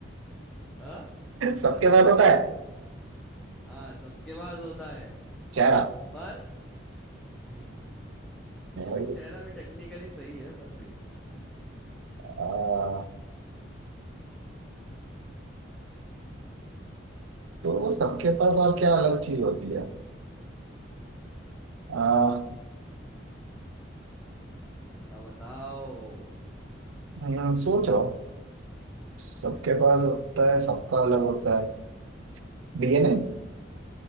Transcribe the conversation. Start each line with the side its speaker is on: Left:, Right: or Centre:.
Centre: हाँ
Right: सबके पास होता है
Centre: हाँ सबके पास होता है
Right: चेहरा
Centre: पर नहीं
Right: चेहरा
Centre: मतलब
Right: ही होता
Centre: चेहरा भी टेक्निकली सही है पर नहीं
Right: है। आ, तो वो सबके पास और क्या अलग चीज होती है आ,
Centre: बताओ बताओ
Right: हम्म, सोच रहा हूँ सबके
Centre: हम्म
Right: पास होता है सबका अलग होता है डीएनए
Centre: हम्म।